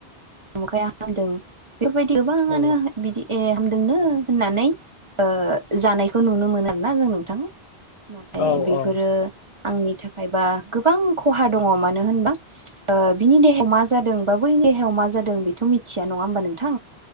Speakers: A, on the right (about 30°); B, on the left (about 80°).
A: <unintelligible> हामदों बेफोरबायदि गोबाङानो
B: औ
A: बिदि ए हामदोंनो होननानै ओ जानायखौ नुनो मोनो <unintelligible> जों नोंथां नाथाय
B: औ
A: बेफोरो
B: औ
A: आंनि थाखायबा गोबां खहा दङ मानो होनबा ओ बिनि देहायाव मा जादों बा बैनि देहायाव मा जादों बेथ' मिथिया नङा होनबा नोंथां